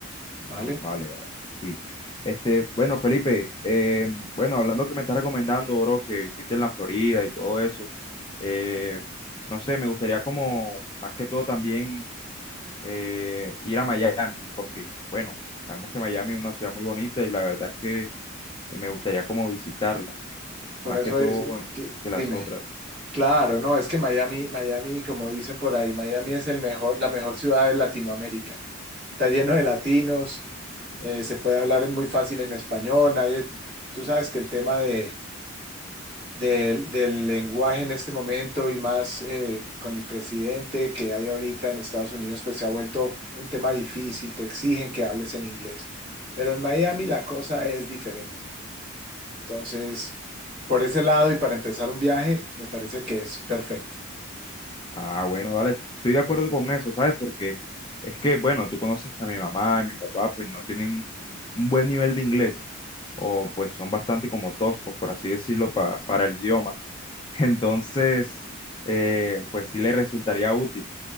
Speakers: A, on the right; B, on the left.
A: ¿vale?
B: Vale, vale. Sí. Este, bueno, Felipe, eh, bueno, hablando que me estás recomendando, bro, que visites la Florida y todo eso, eh, no sé, me gustaría como, más que todo también eh, ir a Miami, porque, bueno, sabemos que Miami es una ciudad muy bonita y la verdad es que eh, me gustaría como visitarla,
A: Por
B: más
A: eso
B: que todo
A: es,
B: que
A: dime.
B: las otras.
A: Claro, no, es que Miami, Miami, como dicen por ahí, Miami es el mejor, la mejor ciudad de Latinoamérica. Está lleno de latinos, eh, se puede hablar muy fácil en español, nadie, tú sabes que el tema de, de- del lenguaje en este momento y más eh, con el presidente que hay ahorita en Estados Unidos, pues se ha vuelto un tema difícil, te exigen que hables en inglés, pero en Miami la cosa es diferente. Entonces, por ese lado y para empezar un viaje, me parece que es perfecto.
B: Ah, bueno, dale, estoy de acuerdo con eso, ¿sabes? Porque es que, bueno, tú conoces que a mi mamá y mi papá pues no tienen un buen nivel de inglés o pues son bastante como toscos, por así decirlo, pa- para el idioma. <laughs> Entonces, eh, pues sí les resultaría útil.